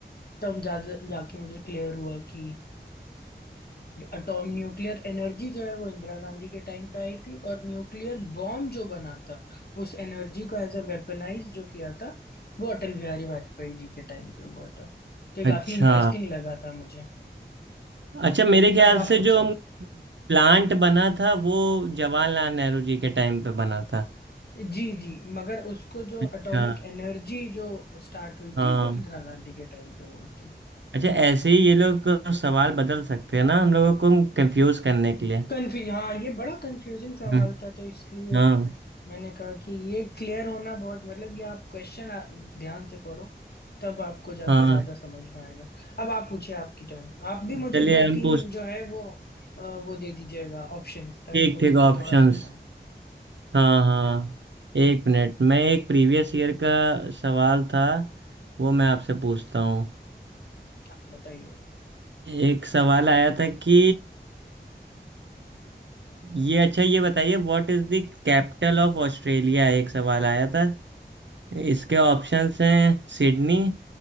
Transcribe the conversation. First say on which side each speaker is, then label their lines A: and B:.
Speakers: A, on the left; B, on the right.
A: तब जा जाके मुझे क्लियर हुआ कि एटॉम न्यूक्लियर एनर्जी जो है वो इंदिरा गांधी के टाइम पे आई थी और न्यूक्लियर बॉम्ब जो बना था उस एनर्जी को एज अ वेपनाइज जो किया था वो अटल बिहारी वाजपेयी जी के टाइम पे हुआ था तो ये
B: अच्छा
A: काफी इंटरेस्टिंग लगा था मुझे
B: अच्छा मेरे ख्याल
A: अब आप
B: से
A: पूछ
B: जो
A: रहे
B: प्लांट बना था वो जवाहरलाल नेहरू जी के टाइम पे बना था
A: हो जी जी मगर उसको जो
B: अच्छा
A: एटॉमिक एनर्जी जो स्टार्ट हुई
B: हाँ
A: थी वो इंदिरा गांधी के टाइम पे हुई थी
B: अच्छा ऐसे ही ये लोग सवाल बदल सकते हैं ना हम लोगों को कंफ्यूज करने के लिए
A: कंफ्यू हाँ ये बड़ा कंफ्यूजिंग सवाल
B: हम्म,
A: था तो इसलिए
B: हाँ
A: मैंने कहा कि ये क्लियर होना बहुत मतलब ये आप क्वेश्चन ध्यान से पढ़ो तब आपको जाके
B: हाँ
A: ज्यादा समझ में आएगा अब आप पूछिए आपकी टर्न आप भी मुझे
B: चलिए
A: दो
B: हम
A: तीन
B: पूछ
A: जो है वो अ, वो दे दीजिएगा ऑप्शंस ताकि
B: ठीक
A: मुझे
B: ठीक
A: भी
B: ऑप्शंस
A: थोड़ा सा आसान
B: हाँ हाँ एक मिनट मैं एक प्रीवियस ईयर का सवाल था वो मैं आपसे पूछता हूँ
A: हाँ, बताइए
B: एक सवाल आया था कि ये अच्छा ये बताइए what is the capital of Australia एक सवाल आया था इसके ऑप्शंस हैं सिडनी